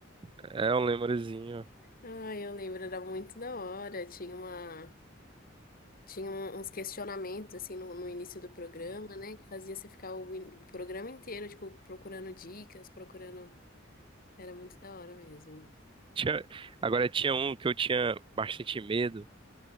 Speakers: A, on the right (about 25°); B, on the left (about 50°).
A: É um lembrezinho.
B: ah eu lembro, era muito da hora. Tinha uma, tinha um- uns questionamentos assim no, no início do programa, né? Que fazia você ficar o, in- o programa inteiro, tipo, procurando dicas, procurando. Era muito da hora mesmo.
A: Tinha... Agora, tinha um que eu tinha bastante medo,